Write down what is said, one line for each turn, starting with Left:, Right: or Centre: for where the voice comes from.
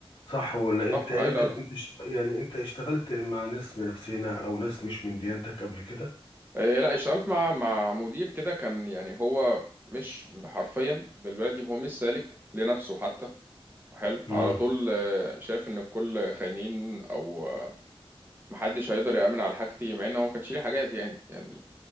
Left: صح ولا
Right: صح
Left: انت انت
Right: اي لا
Left: انت
Right: لا
Left: اشت- يعني انت اشتغلت مع ناس من نفسنا او ناس مش من ديانتك قبل كده
Right: إيه لا اشتغلت مع مع مدير كده كان يعني هو مش حرفيا بالبلدي هو مش سالك لنفسه حتى حلو
Left: امم
Right: على طول آه، شايف ان الكل خاينين او آه، محدش هيقدر يأمن على حاجتي مع ان هو ما كانش ليه حاجات يعني يعني